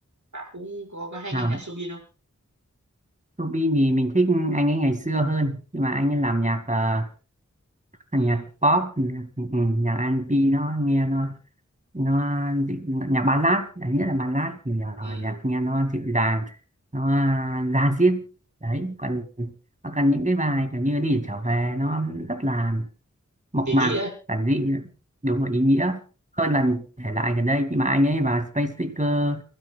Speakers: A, on the right; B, on the right.
A: bạn cũng có có hay
B: à,
A: nghe nhạc Soobin không
B: Ruby thì mình thích anh ấy ngày xưa hơn nhưng mà anh ấy làm nhạc ờ, nhạc
A: ừ
B: pop nhạc, ừ, nhạc R&B nó nghe nó nó dị- nhạc ballad đấy, nhất là ballad thì ờ,
A: ừ
B: nhạc nghe nó dịu dàng nó da diết đấy còn còn những cái bài kiểu như đi để trở về nó rất là mộc
A: thì nghĩa
B: mạc
A: ấy.
B: giản dị đúng và ý nghĩa hơn là những thể loại gần đây khi mà anh ấy vào space speaker